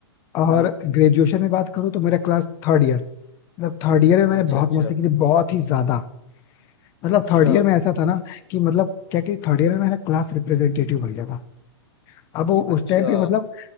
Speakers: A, on the left; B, on the left.
A: और
B: हाँ
A: ग्रेजुएशन में बात करूँ तो मेरा क्लास थर्ड ईयर मतलब थर्ड ईयर में मैंने
B: अच्छा
A: बहुत
B: अच्छा
A: मस्ती की थी बहुत ही ज्यादा मतलब
B: अच्छा
A: थर्ड ईयर में ऐसा था ना कि मतलब क्या कि थर्ड ईयर में मैंने क्लास रिप्रेजेंटेटिव बन गया था अब वो
B: अच्छा
A: उस टाइम पे मतलब